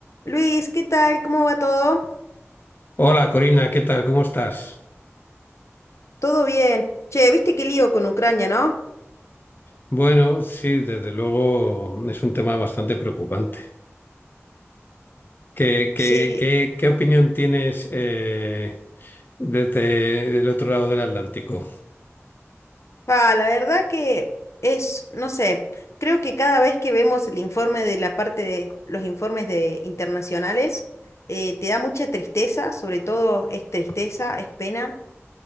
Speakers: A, on the left; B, on the left.
A: Luis, ¿qué tal? ¿Cómo va todo?
B: Hola Corina, ¿qué tal? ¿Cómo estás?
A: Todo bien. Che, ¿viste qué lío con Ucrania, no?
B: Bueno, sí, desde luego es un tema bastante preocupante. ¿Qué,
A: Sí.
B: qué, qué, qué opinión tienes eh, desde el otro lado del Atlántico?
A: Pa, la verdad que es, no sé, creo que cada vez que vemos el informe de la parte de los informes de internacionales, eh, te da mucha tristeza, sobre todo es tristeza, es pena.